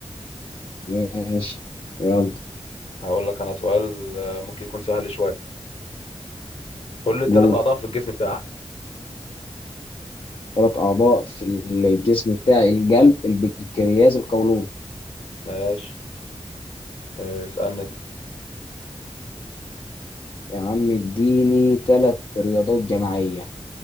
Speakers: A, on the left (about 50°); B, on the left (about 65°).
A: ماشي يلا
B: هقول لك انا سؤال آه، ممكن يكون سهل شوية قول لي الثلاث
A: قول
B: أعضاء في الجسم بتاعك
A: ثلاث اعضاء في الجسم بتاعي القلب البنكرياس القولون
B: ماشي آه، اسألني انت
A: يا عم اديني ثلاث رياضات جماعية